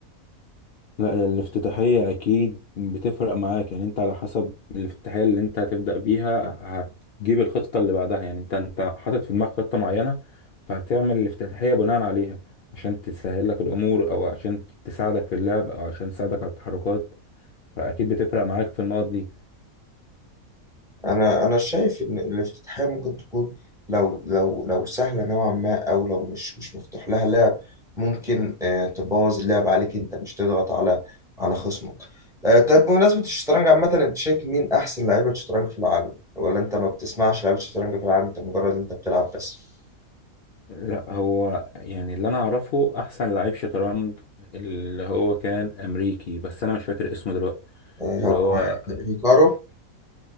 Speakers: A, on the left (about 85°); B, in the centre.
A: لا هي الافتتاحية أكيد بتفرق معاك يعني أنت على حسب الافتتاحية اللي أنت هتبدأ بيها هتجيب الخطة اللي بعدها يعني أنت أنت حاطط في دماغك خطة معينة فهتعمل الافتتاحية بناء عليها عشان تسهل لك الأمور أو عشان تساعدك في اللعب أو عشان تساعدك على التحركات فأكيد بتفرق معاك في النقط دي
B: انا انا شايف ان الافتتاحيه ممكن تكون لو لو لو سهله نوعا ما او لو مش مش مفتوح لها لعب ممكن آه، تبوظ اللعب عليك انت مش تضغط على على خصمك آه، طب بمناسبه الشطرنج عامه انت شايف مين احسن لعيبه شطرنج في العالم ولا انت ما بتسمعش لعيبه شطرنج في العالم انت مجرد انت بتلعب بس
A: لا هو يعني اللي أنا أعرفه أحسن لعيب شطرنج اللي هو كان أمريكي بس أنا مش فاكر اسمه دلوقتي
B: آه،
A: اللي
B: هو-
A: هو
B: هيكارو